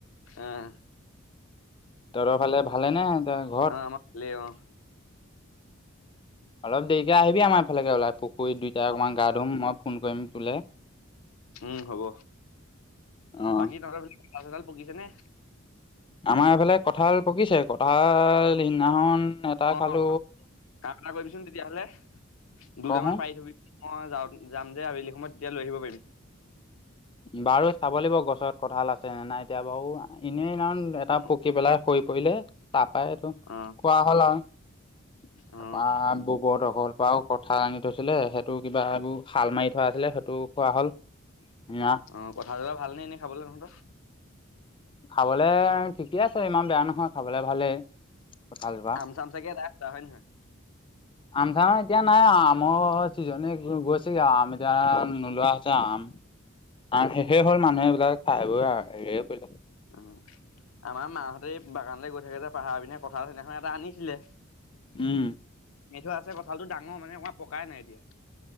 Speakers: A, on the left; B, on the left.
A: অহ।
B: তহঁতৰ ফালে ভালে নে এতিয়া ঘৰত?
A: অ', আমাৰ ভালেই অ',
B: অলপ দেৰিকে আহিবি আমাৰ এইফালে‌কে ওলাই, পুখুৰীত দুইটাই অকমাণ
A: অ,
B: গা ধুম, মই ফোন‌ কৰিম তোলে।
A: উম হ'ব।
B: অ
A: বাকী তহঁতৰ ফালে কঁঠাল চঠাল পকিছে নে?
B: আমাৰ এইফালে কঁঠাল পকিছে, কঁঠাল সিদিনাখন এটা
A: অ',
B: খালো
A: কাম এটা কৰিবিচোন তেতিয়াহলে,
B: কহো
A: দুটামান পাৰি থ'বি। মই যাওঁ, যাম যে আবেলি সময়ত তেতিয়া লৈ আহিব পাৰিম।
B: বাৰু চাব লাগিব গছত কঁঠাল আছে নে নাই এতিয়া বাৰু এনে সিদিনাখন এটা
A: অ',
B: পকি পেলাই সৰি পৰিলে তাৰ পৰাই এইটো
A: অ',
B: খোৱা হল আৰু। তাৰ
A: অ',
B: পৰা বুবু হঁতৰ ঘৰৰ পৰাও কঁঠাল আনি থৈছিলে সে সেইটো কিবা এইবোৰ সাল মাৰি থোৱা আছিলে সেইটোও খোৱা হ'ল। না।
A: অ', কঁঠাল কেটা ভাল নে এনেই খাবলৈ তহঁতৰ?
B: খাবলে ঠিকে আছে ইমান বেয়া নহয় খাবলে ভালেই। কঁঠালজোপা
A: আম চাম চাগে <unintelligible> হয় নে নহয়?
B: আম চামা এতিয়া নাই আৰু আমৰ চিজনে গৈছেগে আৰু আম এতিয়া
A: উম,
B: আম নোলোৱা হৈছে আম। আম শেষেই হ'ল মানুহে এইবিলাক খাই বৈ হেৰিয়ে কৰিলে।
A: উম। আমাৰ মাহঁতে এই বাগানলৈ গৈ থাকে যে পাহাৰ পিনে কঁঠাল সিদিনাখন এটা আনিছিলে।
B: উম।
A: মিঠা আছে কঁঠালটো ডাঙৰ মানে আমাৰ পকাই নাই এতিয়া।